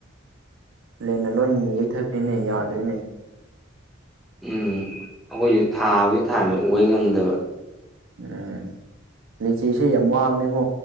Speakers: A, on the right (about 70°); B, in the centre.
A: ꯂꯦꯟꯅ ꯂꯣꯏ ꯌꯩꯊꯠꯈ꯭ꯔꯦꯅꯦ ꯌꯥꯗ꯭ꯔꯦꯅꯦ
B: ꯎꯝ ꯑꯩꯈꯣꯏꯁꯨ ꯊꯥꯕꯨꯗꯤ ꯊꯥꯏꯕ ꯑꯣꯏ ꯉꯝꯗꯕ
A: ꯎꯝ ꯂꯥꯆꯤꯁꯦ ꯌꯥꯝ ꯋꯥꯕꯅꯦꯀꯣ